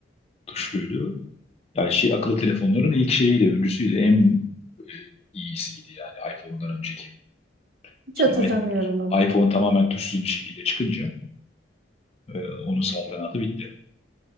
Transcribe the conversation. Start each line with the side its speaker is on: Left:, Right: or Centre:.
Left: tuşluydu. Yani şey akıllı telefonların ilk şeyiydi, öncüsüydü. En e, iyisiydi yani iPhone'dan önceki.
Right: Hiç
Left: Sonra
Right: hatırlamıyorum
Left: iPhone,
Right: onu.
Left: iPhone tamamen tuşsuz bir şekilde çıkınca e, onun saltanatı bitti.